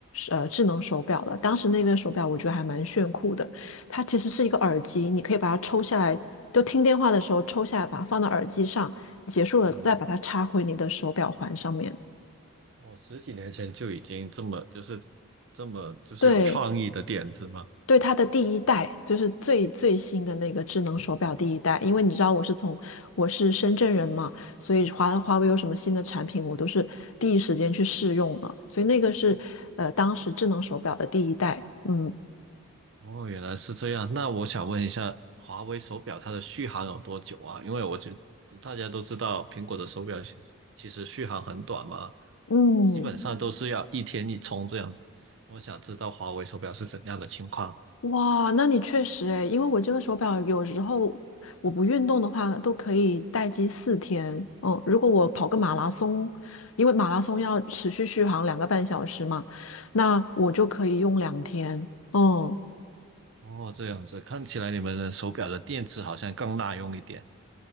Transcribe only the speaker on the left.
呃智能手表了。当时那个手表我觉得还蛮炫酷的，它其实是一个耳机，你可以把它抽下来，就听电话的时候抽下来，把它放到耳机上，结束了再把它插回你的手表环上面。
对，对它的第一代，就是最最新的那个智能手表第一代，因为你知道我是从我是深圳人嘛，所以华华为有什么新的产品，我都是第一时间去试用了，所以那个是呃当时智能手表的第一代，嗯。
嗯，
哇，那你确实诶，因为我这个手表有时候我不运动的话都可以待机四天。嗯，如果我跑个马拉松，因为马拉松要持续续航两个半小时嘛，那我就可以用两天。嗯，